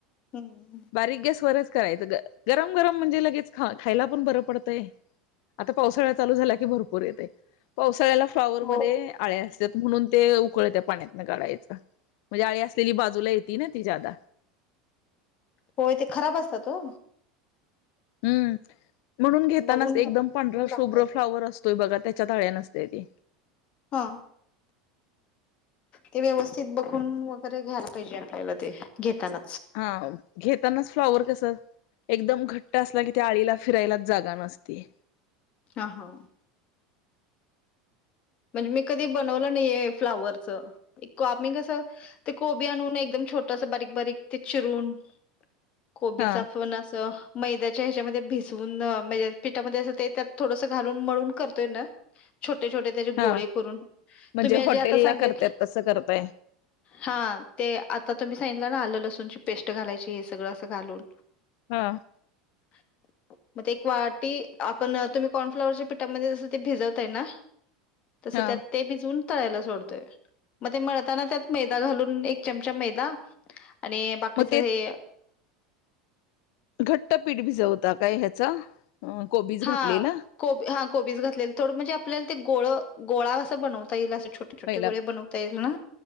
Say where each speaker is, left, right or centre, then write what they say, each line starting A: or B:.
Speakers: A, on the left; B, on the left.
A: हम्म
B: बारीक गॅसवरच करायचं गरम-गरम म्हणजे लगेच खा-खायला पण बरं पडतंय. आता पावसाळा चालू झाला की भरपूर येतय पावसाळ्यात फ्लाॉवर
A: हो
B: मध्ये आळ्या असत्यात म्हणून ते उकळत्या पाण्यातन काढायच. म्हणजे आळी असलेली बाजूला येती ना ती ज्यादा
A: होय ते खराब असतात हो.
B: हम्म म्हणून घेतानाच
A: बघून
B: एकदम
A: घ्या
B: पंढरा
A: लागतात
B: शुभ्र फ्लावर असतोय बघा त्याच्यात आळ्या नसत्याती
A: हा. ते व्यवस्थित बघून वगैरे घ्यायला पाहिजे आपल्याला ते घेताना.
B: हा घेतानाच फ्लॉवर कस एकदम घट्ट असला कि त्या आळीला फिरायलाच जागा नसती.
A: हा हां. म्हणजे मी कधी बनवलं नाहीये फ्लावरच, आम्ही कस ते कोबी आणून एकदम छोटस बारीक-बारीक ते चिरून कोबीच
B: हा
A: आपण असं मैद्याच्या ह्याच्यामध्ये भिजवून म्हणजे पिठामध्ये असं ते त्यात थोडसं घालून, मळून करतोय ना छोटे-छोटे त्याचे
B: हा
A: गोळे करून
B: म्हणजे
A: तुम्ही
B: हॉटेलला
A: जे आता सांगीतला
B: करतायत तसं करताय
A: हां. ते आता तुम्ही सांगितला ना आल, लसूण ची पेस्ट घालायची हे सगळं असं घालून
B: हां.
A: <inaudible> म ते एक वाटी आपण, तुम्ही कॉर्नफ्लॉवरच्या पिठामध्ये जसं ते भिजवताय ना तस
B: हा
A: त्यात ते भिजवुन तळायला सोडतोय मग ते मळताना त्यात मैदा घालून, एक चमचा मैदा आणि बाकीच
B: मग
A: हे
B: घट्टपीठ भिजवता काय ह्याचा? अ कोबीज
A: हां.
B: घातलेला
A: कोबी हा कोबीज घातलेल थोडं म्हणजे आपल्याला ते गोळ गोळा अस बनवता येईल. छोटे छोटे
B: पहिला,
A: गोळे बनवता येईल ना